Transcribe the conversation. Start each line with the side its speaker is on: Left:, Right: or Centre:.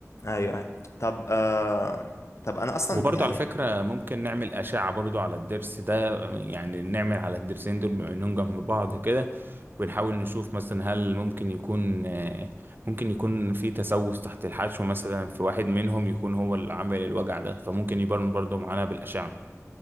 Left: أيوه أيوه طب آه... طب أنا أصلا
Right: وبرضو
Left: يعني
Right: على فكرة ممكن نعمل أشعة برضو على الضرس ده يعني نعمل على الضرسين دول بما إنهم جنب بعض كده ونحاول نشوف مثلا هل ممكن يكون آه، ممكن يكون في تسوس تحت الحشو مثلا في واحد منهم يكون هو اللي عامل الوجع ده فممكن يبان برضو معانا بالأشعة